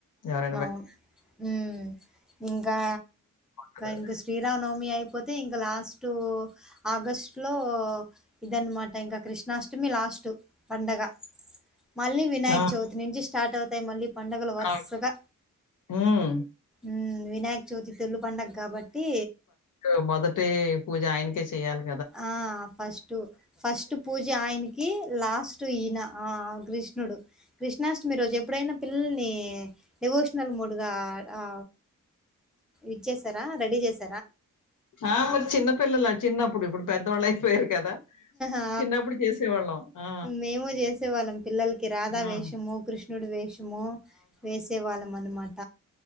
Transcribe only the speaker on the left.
ఎవర
కదా!
ఆ!
ఆ! హ్మ్.
ఇప్పుడూ మొదటి పూజా అయ్యనకే చెయ్యాలి
ఆ మరి చిన్నపిల్లలు చిన్నప్పుడు ఇప్పుడు పెద్దవాళ్ళైపోయారు కదా
చిన్నప్పుడు చేసేవాళ్ళం ఆ
ఆ!